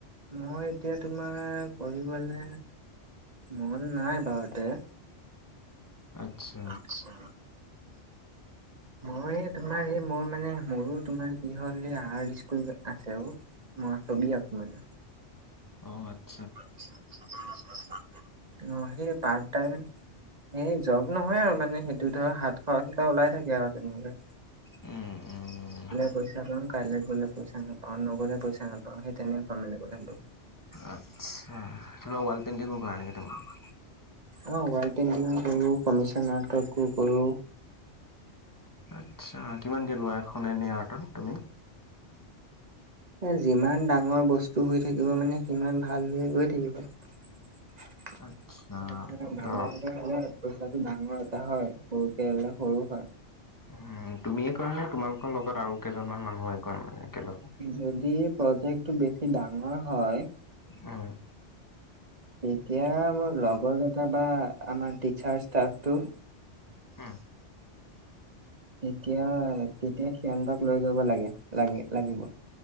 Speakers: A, on the right; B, on the left.
A: মই এতিয়া তোমাৰ কৰিবলে মন নাই বাৰুতে।
B: আচ্ছা।
A: আচ্ছা মই তোমাৰ সেই মোৰ মানে মোৰো তোমাৰ কি হ'ল এ আৰ্ট স্কুল আছে অ, মই ছবি আঁকো মানে।
B: অ', আত
A: <unintelligible> অহ, সেই পাৰ্ট টাইম এই জব নহয় আৰু মানে সেইটো ধৰ হাত- খৰচ এটা ওলাই থাকে আৰু তেনেকই।
B: উম। উম
A: গলে পইচা পাম কাইলে গলে পইচা নাপাওঁ, নগলে পইচা নাপাওঁ সেই তেনেকুৱা মানে কথাটো।
B: আচ্ছা এইফালে ৱাল পেইণ্টিং কৰা নাই এইটো কাৰণে।
A: অ', ৱাল পেইণ্টিং কৰো, কমিচন আৰ্ট কৰো।
B: আচ্ছা কিমানকে লোৱা এখন এনে আৰ্টত তুমি?
A: এ যিমান ডাঙৰ বস্তু হৈ থাকিব মানে সিমান ভাল হৈ গৈ থাকিব। <unintelligible>
B: আচ্ছা
A: ডাঙৰকে
B: ধৰ
A: হ' লে পইচাটো ডাঙৰ এটা হয় সৰুকে ললে সৰু হয়।
B: উম, তুমিয়ে কৰা নে তোমালোকৰ লগত আৰু কেইজনমান মানুহ আহি কৰে মানে একেলগে?
A: যদি প্ৰজেক্টটো বেছি ডাঙৰ হয়
B: উম।
A: তেতিয়া মোৰ লগৰ কেটা বা আমাৰ টিচাৰ ষ্টাফটো
B: হম,
A: তেতিয়া -তেতিয়া সিহঁতক লৈ যাব লাগে -লাগে- লাগিব।